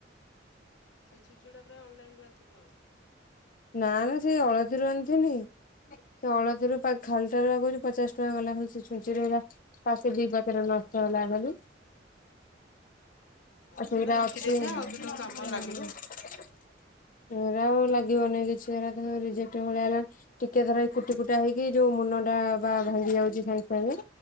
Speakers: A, on the left (about 85°); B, on the left (about 45°).
A: ସେଇ ଛୁଞ୍ଚି ଟା ପୁରା ଅନଲାଇନ୍ ରୁ ଆଣିଥିଲୁ ନା କଣ।
B: ନା ନା ସେଇ ଅଳତିରୁ ଆଣିଥିନି। ସେ ଅଳତିରୁ ପା ଖାଲଟାରେ ପା କୋହୂଚି ପଚାଶ ଟଙ୍କା ଗଲା ଖାଲି ସେଇ ଛୁଞ୍ଚି। <unintelligible> ପାକେଟ୍ ଦିଇ ଦି ପାକେଟ୍ ନଷ୍ଟ ହେଲା ଖାଲି।
A: ହଁ
B: ଆଉ ସେଇରା
A: ସେଇଟା ରଖିଦେଇଥା
B: ଅଛି। ଏରା
A: ଆଉ କେତେବେଳେ କାମରେ ଲାଗିବ।
B: ଆଉ ଲାଗିବନି କିଛି ଏରା ତ ରିଜେକ୍ଟ ଭଳିଆ ହେଲାଣି। ଟିକେ ଧର ଏଇ କୁଟି କୁଟା ହେଇକି ଯୋଉ ମୁନଟା ବା ଭାଙ୍ଗି ଯାଉଛି ସାଙ୍ଗ ସାଙ୍ଗେ।